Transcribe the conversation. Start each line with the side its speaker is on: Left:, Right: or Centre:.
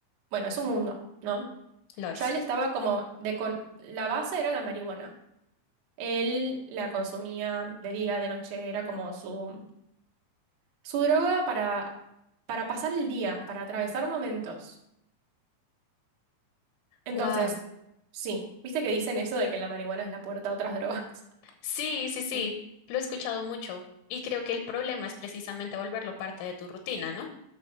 Right: Bueno, es un mundo, ¿no?
Left: Lo es.
Right: Ya él estaba como de con- la base era la marihuana. Él la consumía de día, de noche, era como su, su droga para, para pasar el día, para atravesar momentos. Entonces,
Left: Wow.
Right: sí, viste que dicen eso de que la marihuana es la puerta a otras drogas.
Left: Sí, sí, sí.
Right: de-
Left: Lo he escuchado mucho. Y creo que el problema es precisamente volverlo parte de tu rutina, ¿no?